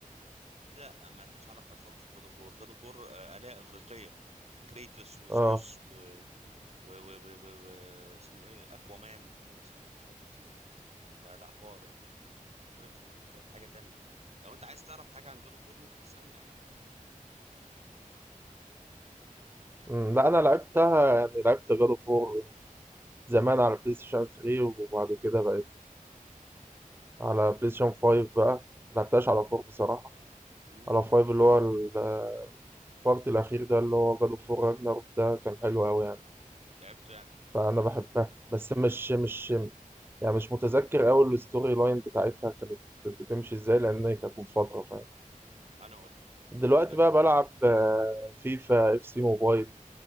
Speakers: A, on the right (about 50°); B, on the right (about 15°).
A: لا ملهاش علاقه خالص بجود اوف وور جود اوف وور آه، الهه اغريقيه كريتوس وزوس
B: اه
A: و... و... و... و... و... و... اسمه ايه اكوامان اللي هو اسمه ايه مش فاكر اسمه ايه فلا حوار يعني اغريق اغريق ده حاجه تانية لو انت عايز تعرف حاجه عن جود اوف وور ممكن تسالني عادي
B: امم لا انا لعبتها يعني لعبت جادو فور زمان على بلاي ستيشن 3 وبعد كده بقت على بلاي ستيشن 5 بقى ملعبتهاش على 4 بصراحة
A: مم.
B: على 5 اللي هو ال- البارت الأخير ده اللي هو جادو فور راجناروك ده كان حلو أوي يعني
A: لعبته يعني
B: فأنا بحبها بس مش مش يعني مش متذكر أوي الستوري لاين بتاعتها كانت بتمشي ازاي لأن هي كانت من فترة
A: انا اقول لك
B: دلوقتي
A: تحب
B: بقى بلعب آه، فيفا اف سي موبايل